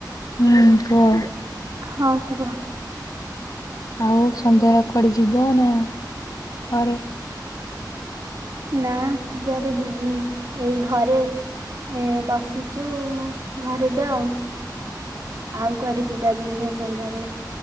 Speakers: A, on the left (about 55°); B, on the right (about 50°).
A: ହୁଁ କୁହ।
B: ହ କହ <inaudible>
A: ଆଉ ସନ୍ଧ୍ୟାବେଳେ କୁଆଡେ ଯିବ ନା ଘରେ?
B: ନା କୁଆଡ଼େ ଯିବିନି। ଏଇ ଘରେ। ଏ ବସିଛୁ ଘରେ ଯାଆ ଆଉ। ଆଉ କୁଆଡେ ଯିବା ଯିବି ନାଇଁ। ସନ୍ଧ୍ୟାବେଳେ